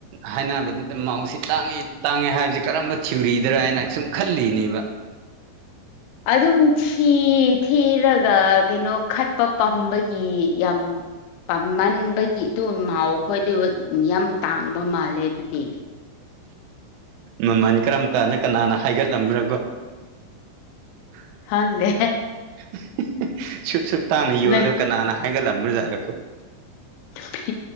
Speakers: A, on the right (about 75°); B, on the left (about 80°).
A: ꯍꯥꯏꯅꯕꯗꯨꯗ ꯃꯧꯁꯤ ꯇꯥꯡꯉꯦ ꯇꯥꯡꯉꯦ ꯍꯥꯏꯕꯁꯤ ꯀꯔꯝꯕ ꯊꯤꯔꯤꯗꯔ ꯍꯥꯏꯅ ꯁꯨꯝ ꯈꯜꯂꯤꯅꯦꯕ
B: ꯑꯗꯨꯝ ꯁꯤ ꯊꯤꯔꯒ ꯀꯩꯅꯣ ꯈꯠꯄ ꯄꯥꯝꯕꯒꯤ ꯌꯥꯝ ꯄꯥꯝꯃꯟꯕꯒꯤ ꯑꯗꯨ ꯃꯥꯎꯈꯣꯏꯗꯨ ꯌꯥꯝ ꯇꯥꯡꯕ ꯃꯥꯜꯂꯦ ꯑꯗꯨꯗꯤ
A: ꯃꯃꯜ ꯀꯔꯝ ꯀꯥꯟꯗ ꯀꯅꯥꯅ ꯍꯥꯏꯒꯠꯂꯝꯕ꯭ꯔꯒꯣ ꯑ
B: ꯈꯪꯗꯦ
A: ꯍ ꯍ ꯁꯨꯞ ꯆꯨꯞ ꯇꯥꯅ
B: ꯅꯨꯄꯤ
A: ꯌꯣꯜꯂꯣ ꯀꯅꯥꯅ ꯑꯥꯏꯒ ꯂꯨꯖꯥꯔꯣ
B: ꯅꯨꯄꯤ